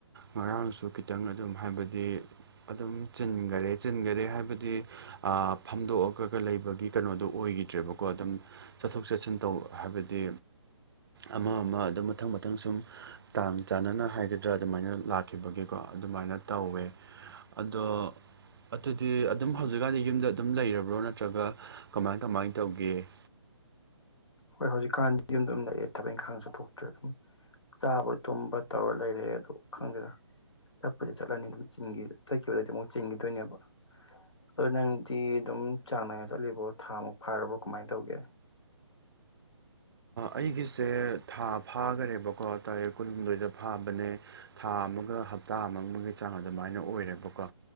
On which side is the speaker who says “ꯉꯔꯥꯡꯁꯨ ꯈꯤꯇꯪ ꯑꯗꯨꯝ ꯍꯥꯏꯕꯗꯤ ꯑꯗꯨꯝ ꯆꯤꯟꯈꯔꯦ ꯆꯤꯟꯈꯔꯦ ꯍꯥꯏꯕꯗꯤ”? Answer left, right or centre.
Right